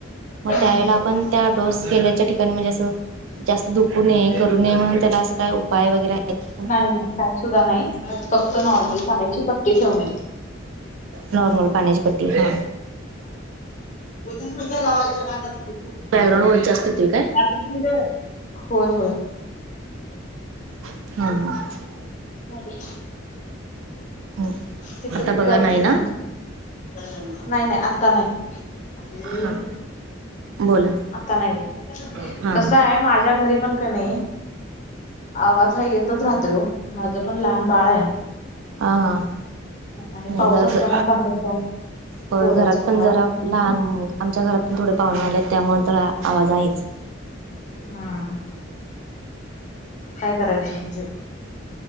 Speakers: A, on the left (about 40°); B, on the right (about 80°).
A: हम्म
B: मग त्यावेळेला, आपण त्या डोस केल्याच्या ठिकाणी. म्हणजे अस जास्त दुू करू ने म्हण, त्याला अस काय उपाय वगैरे. आहेत का?
A: नाही नाही काय सुद्धा नाही आज फक्त नॉर्मल पाण्याची पट्टी ठेव नय.
B: नॉर्मल पाणीची कटी ह.
A: तुथच पश लावायच्या खना्यात.
B: बॅकग्रांड व्हायच असते ती काय.
A: <unintelligible> होय होय.
B: ह.
A: हो.
B: हो.
A: तिकडच
B: आता बघा
A: जाऊ
B: नाही
A: त किंमत
B: ना?
A: नाही नाही आता नाही.
B: हा. बोला
A: आता नाही
B: हा.
A: कस आहे माझ्या घरी. पण का नाही आवाज हा येतच राहतोय माझं पण लहान बाळ आहे.
B: हां हां.
A: आणि
B: ज
A: पाऊस असल्यामुळे बाहेर जाऊन
B: घरात
A: बोलायचं कुठं
B: पण जरा
A: असं पण
B: लहान आमच्या घरात थोडे पाहून आलेत त्यामुळे तर आवाज आहेच.
A: हम् काय करायचं म्हणजे